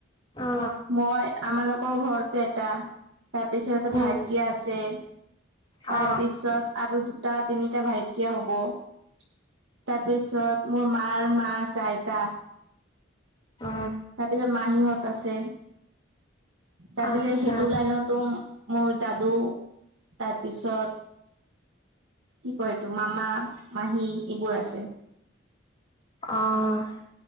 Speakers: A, on the left (about 25°); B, on the right (about 80°).
A: অ
B: মই আমাৰ লগ <unintelligible> আকৌ ঘৰটো এটা তাৰপিছত
A: উম
B: ভাইটি আছে <unintelligible>
A: অ
B: তাৰপিছত আৰু দুটা তিনিটা ভাইটীয়ে হ'ব <unintelligible> তাৰপিছত মোৰ মাৰ মা চইতা।
A: অ
B: তাৰপিছত মাহীহঁত আছে। তাৰপিছত
A: আচ্ছা
B: সিটো লাইনতো মোৰ দাদু তাৰপিছত। কি কয়টো মামা মাহী এইবোৰ আছে।
A: অঁ।